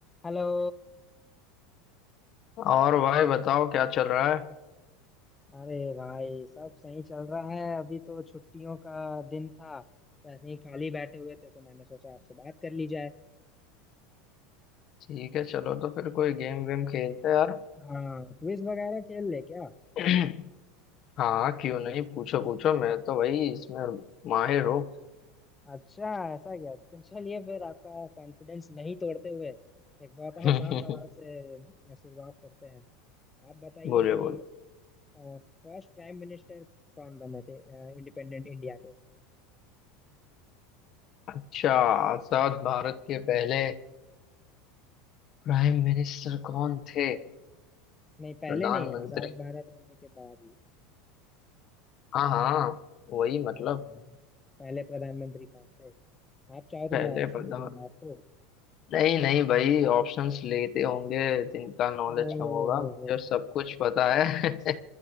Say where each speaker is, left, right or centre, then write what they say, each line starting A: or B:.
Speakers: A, on the left; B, on the left.
A: Hello
B: और भाई बताओ क्या चल रहा है
A: अरे भाई सब सही चल रहा है अभी तो छुट्टियों का दिन था तो ऐसे ही खाली बैठे हुए थे तो मैंने सोचा आपसे बात कर ली जाए
B: ठीक है चलो तो फिर कोई गेम वेम खेलते हैं यार
A: हाँ क्विज वगैरह खेल ले क्या
B: <clears throat> हाँ क्यों नहीं पूछो पूछो मैं तो भाई इसमें माहिर हूँ
A: अच्छा ऐसा क्या तो चलिए फिर आपका कॉन्फिडेंस नहीं तोड़ते हुए एक बहुत
B: <laughs> बोलिए
A: आसान सवाल से शुरुआत करते हैं आप बताइए
B: बोल
A: कि फर्स्ट प्राइम मिनिस्टर कौन बने थे इंडिपेंडेंट इंडिया के
B: अच्छा आजाद भारत के पहले प्राइम मिनिस्टर कौन थे
A: नहीं पहले
B: प्रधानमंत्री
A: नहीं आजाद भारत होने के बाद ही
B: हाँ हाँ वही मतलब
A: हाँ पहले प्रधानमंत्री कौन थे आप चाहो तो
B: पहले
A: मैं ऑप्शन
B: प्रधान
A: भी दूंगा आपको
B: नहीं नहीं भाई ऑप्शंस लेते होंगे जिनका नॉलेज
A: ओ
B: कम होगा
A: हो
B: मुझे
A: हो
B: सब
A: हो।
B: कुछ पता है <laughs>